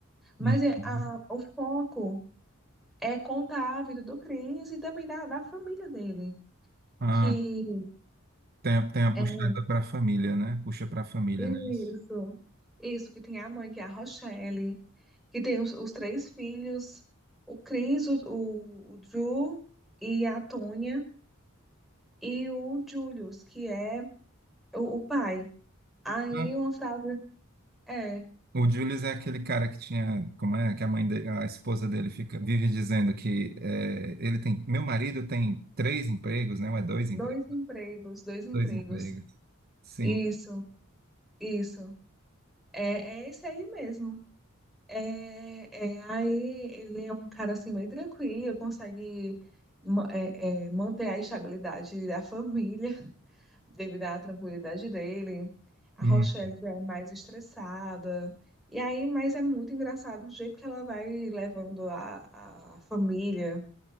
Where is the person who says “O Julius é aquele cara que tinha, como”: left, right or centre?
Right